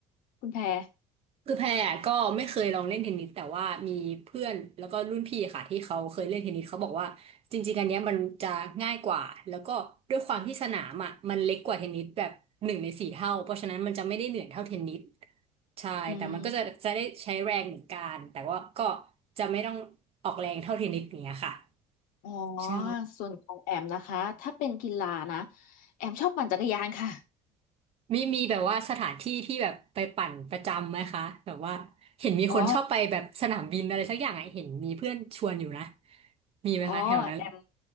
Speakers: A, on the left; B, on the right.
A: คุณแพร
B: คือแพรก็ไม่เคยลองเล่นเทนนิสแต่ว่ามีเพื่อนแล้วก็รุ่นพี่ค่ะที่เขาเคยเล่นเทนนิสเขาบอกว่าจริงๆอันเนี้ยมันจะง่ายกว่าแล้วก็ด้วยความที่สนามอ่ะมันเล็กกว่าเทนนิสแบบหนึ่งในสี่เท่าเพราะฉะนั้นมันจะไม่ได้เหนื่อยเท่าเทนนิสใช่แต่มันก็จะจะได้ใช้แรงเหมือนกันแต่ว่าก็
A: อืม
B: จะไม่ต้องออกแรงเท่าเทนนิสอย่างเนี้ยค่ะ
A: อ๋อ
B: ใช่
A: ส่วนของแอมนะคะถ้าเป็นกีฬานะแอมชอบปั่นจักรยานค่ะ
B: มีมีแบบว่าสถานที่ที่แบบไปปั่นประจำไหมคะแบบว่าเห็นมีคนชอบไปแบบสนามบินอะไรสักอย่างไอะเห็นมีเพื่อนชวนอยู่นะ
A: อ๋อ
B: มีไหมคะแถวนั้น
A: อ๋อแอม